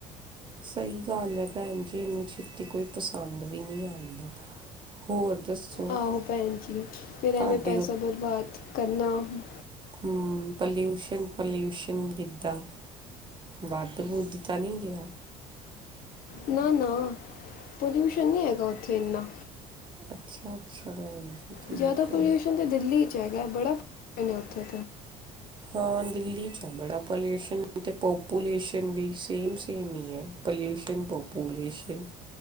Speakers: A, on the right; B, on the left.
A: ਸਹੀ ਗੱਲ ਹੈ ਭੈਣ ਜੀ ਇੰਨੀ ਛੇਤੀ ਕੋਈ ਪਸੰਦ ਵੀ ਨੀ ਆਦੀ ਹੋਰ ਦੱਸੋ
B: ਆਹੋ ਭੈਣ ਜੀ ਫਿਰ
A: ਤੁਹਾਡੇ
B: ਐਵੇਂ ਪੈਸਾ ਬਰਬਾਦ ਕਰਨਾ। ਹੂੰ,
A: ਹੂੰ, ਪੋਲਿਊਸ਼ਨ-ਪੋਲਿਊਸ਼ਨ ਗ ਵੱਧ ਵੁਧ ਤਾਂ ਨੀ ਗਿਆ।
B: ਨਾ ਨਾ ਪੋਲਿਊਸ਼ਨ ਨੀ ਹੈਗਾ ਉੱਥੇ ਇੰਨਾ
A: <inaudible>
B: ਜ਼ਿਆਦਾ
A: ਹੈ
B: ਪੋਲਿਊਸ਼ਨ ਤੇ ਦਿੱਲੀ ਚ ਐ। ਬੜਾ ਉੱਥੇ
A: ਹਾਂ ਦਿੱਲੀ ਬੜਾ ਪੋਲਿਊਸ਼ਨ ਅਤੇ ਪੋਪੂਲੇਸ਼ਨ ਵੀ ਸੇਮ-ਸੇਮ ਹੀ ਹੈ ਪੋਲਿਊਸ਼ਨ, ਪੋਪੂਲੇਸ਼ਨ।